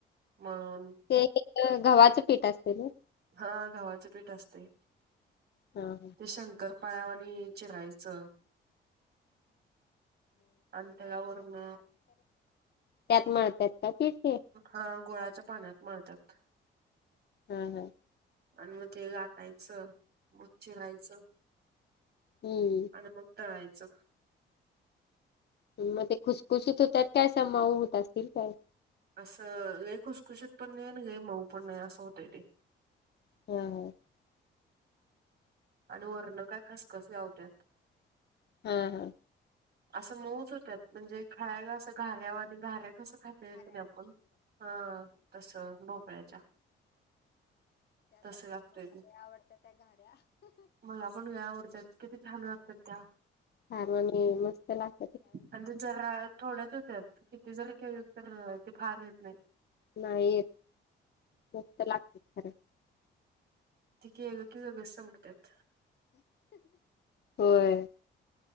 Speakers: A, on the right; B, on the left.
A: मग
B: ते एक गव्हाचं पीठ असते ना?
A: हा गव्हाच पीठ असतंय.
B: हा हा
A: ते शंकरपाळ्या वाणी चिरायचं अन त्याला वरण
B: त्यात मळतात का पीठ ते?
A: हा गुळाच्या पाण्यात मळतात.
B: हम्म हम्म
A: आणि मग ते लाटायचं मग् चिरायचं
B: हम्म
A: आणि मग तळायचं.
B: मग ते खुसखुशीत होतात का अस माऊ होत असतील काय?
A: असं लई खुसखुशीत पण नाही आणि लई मऊ पण नाही असं होतय ते
B: <unintelligible>
A: आणि वरण काय खसखस लावत्यात.
B: हा हा
A: असं मऊच होत्यात म्हणजे खायला असं घाऱ्या वाणी आणि घाऱ्या कसं खा <unintelligible> हा तस भोपाळ्याच्या तस लागतय मग, मला पण लय आवडत्यात किती छान लागत्यात त्या
B: खारवणी मस्त लागत
A: म्हणज जरा थोड्यात होत्यात किती जरी केले तर ते फार येत नाही
B: नाही येत, मस्त लागते खरं
A: ती केले की लगेच संपत्यात
B: होय